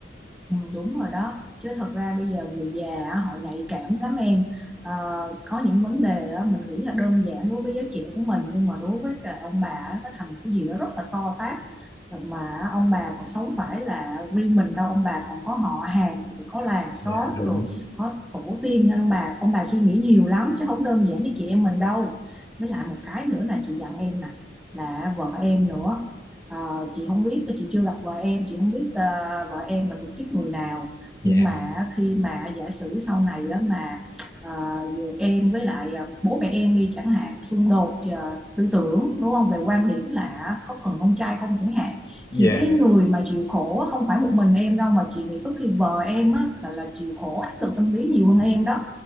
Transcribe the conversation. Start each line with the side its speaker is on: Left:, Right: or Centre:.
Centre: ừ, đúng rồi đó chứ thật ra bây giờ người già á, họ nhạy cảm lắm em Ờ, có những vấn đề á, mình nghĩ là đơn giản đối với giới trẻ của mình nhưng mà đối với cả ông bà á, nó thành một cái gì đó rất là to tát mà ông bà còn sống phải là riêng mình đâu ông bà còn có họ hàng rồi có làng xóm
Left: dạ đúng
Centre: rồi có tổ tiên nên ông bà ông bà suy nghĩ nhiều lắm chứ không đơn giản như chị em mình đâu với lại một cái nữa này chị dặn em nè là vợ em nữa Ờ, chị không biết chị chưa gặp vợ em chị không biết ờ, vợ em là thuộc tiếp người nào
Left: dạ
Centre: nhưng mà khi mà giả sử sau này á, mà ờ, giờ em với lại ờ, bố mẹ em đi chẳng hạn xung đột ờ, tư tưởng đúng không về quan điểm là có cần con trai không chẳng hạn
Left: dạ
Centre: thì cái người mà chịu khổ á, không phải một mình em đâu mà chị nghĩ có khi vợ em á, là, là chịu khổ áp lực tâm lý nhiều hơn em đó